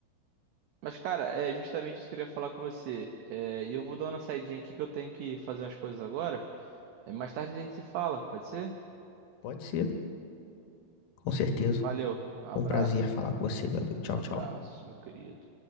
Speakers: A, on the right; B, on the left.
A: Mas, cara, é justamente isso que eu queria falar com você. É, e eu vou dar uma saidinha aqui que eu tenho que fazer umas coisas agora. É, mais tarde a gente se fala, pode ser?
B: Pode ser, com certeza.
A: Valeu, abraço.
B: Foi um prazer falar com você, meu amigo. Tchau,
A: Abraço,
B: tchau.
A: meu querido.